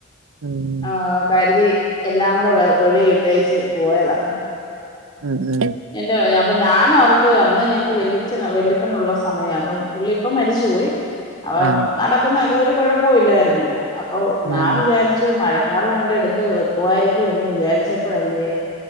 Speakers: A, on the right (about 80°); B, on the left (about 25°).
A: ഉം,
B: ആഹ് കരുതി. എല്ലാം കൂടെ വെള വെളീഇട്ടേച്ച് പോയതാ.
A: ഉം, ഉം,
B: എന്റെയ. അപ്പ ഞാനേർത്ത് അന്ന് ഞങ്ങക്ക് വല്ലിച്ചൻ വെല്ലിപ്പനുള്ള സമയം അപ്പം പുള്ളിപ്പ മരിച്ചുപോയി, അപ്പ
A: ആ,
B: നടക്കുന്നതെക്കെ ഒരു കുഴപ്പമില്ലായിരുന്നു അപ്പൊ ഞാൻ
A: ആ,
B: വിചാരിച്ചു മഴക്കാറ് കണ്ട എടുത്ത് വെയ് പോവായിരിക്കുമെന്ന് വിചാരിച്ചപ്പെഴല്ലേ..